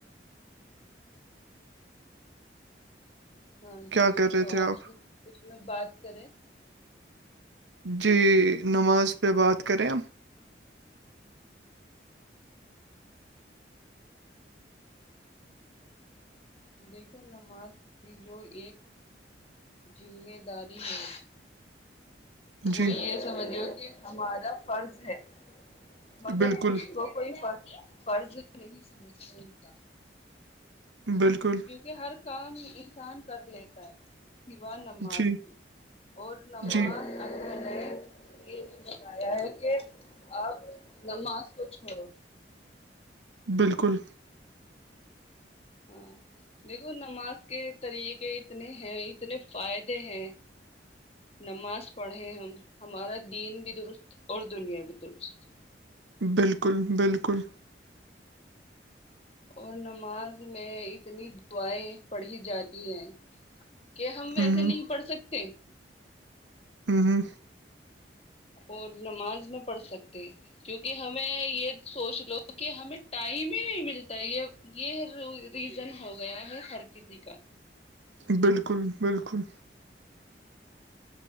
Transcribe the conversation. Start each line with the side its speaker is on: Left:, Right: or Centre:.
Left: ہاں جی
Right: کیا کر رہے
Left: تو
Right: تھے
Left: آج
Right: آپ
Left: بھی اس میں بات کریں
Right: جی نماز پہ بات کرے
Left: دیکھو نماز کی جو ایک زمیداری ہے وہ
Right: جی
Left: یہ سمجھ ہو کہ ہمارا فرض ہے مگر
Right: بالکل
Left: اس کو کوئی فر فرض نہیں سمجھتے تھا
Right: بالکل
Left: کیونکہ ہر کام انسان کر لیتا ہے سیوا نماز
Right: جی
Left: کی اور نماز
Right: جی
Left: اللہ نے یہ نہیں بتایا ہے کہ آپ نماز کو چھوڑو
Right: بالکل
Left: ہاں دیکھو نماز کے طریقے اتنے ہیں اتنے فائدے ہیں نماز پڑھیں ہم ہمارا دین بھی درست اور دنیا بھی درست
Right: بالکل بالکل
Left: اور نماز میں اتنی دعائیں پڑھی جاتی ہیں کہ ہم ویسے
Right: ہوں
Left: نہیں پڑھ سکتے
Right: ہوں ہ
Left: اور نماز میں پڑھ سکتے ہیں کیونکہ ہمیں یہ سوچ لوگ ک ہمیں ٹائم ہی نہیں ملتا یہ ہے ریزن ہو گیا ہے ہر کسی کا
Right: بالکل بالکل